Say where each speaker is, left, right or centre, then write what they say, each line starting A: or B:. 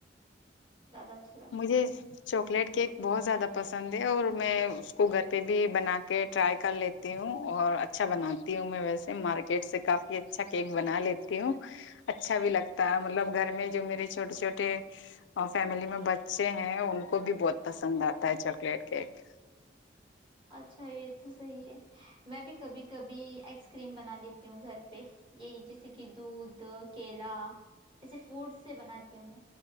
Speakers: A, on the right; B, on the left.
A: زیادہ اچھا لگتا
B: مجھے
A: ہے وہ
B: چاکلیٹ کیک بہت زیادہ پسند ہے اور میں اس کو گھر پہ بھی بنا کے ٹرائی کر لیتی ہوں اور اچھا بناتی ہوں میں ویسے مارکیٹ سے کافی اچھا کیک بنا لیتی ہوں اچھا بھی لگتا ہے مطلب گھر میں جو میرے چھوٹے چھٹے فیملی میں ب بچے ہیں ان کو بھی بہت پسند آتا ہے چاکلیٹ کیک
A: اچھا یہ تو صحیح ہے میں بھی کبھی کبھی آئس کریم بنا لی ت تی ہوں گھر پہ یہی جیسے کہ دودھ تو کیلا ایسے فوڈ سے بناتی ہوں میں